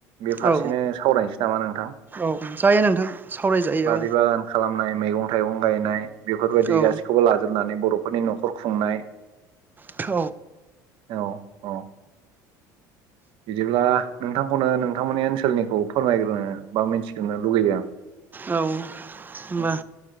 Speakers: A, on the right; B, on the right.
A: बे फारसेनो
B: औ
A: सावरायनोसै नामा नोंथां
B: औ जायो नोंथां सावरायजायो
A: बारि बागान खालामनाय मैगं थाइगं गायनाय बेफोरबायदि
B: औ
A: गासैखौबो लाजोबनानै बर' बर'फोरनि न'खर खुंनाय
B: थ'
A: औ औ बिदिब्ला नोंथांखौनो नोंथांमोननि ओनसोलनिखौ फोरमायग्रोनो बा मिथिग्रोनो लुगैदों आं
B: औ होनबा
A: औ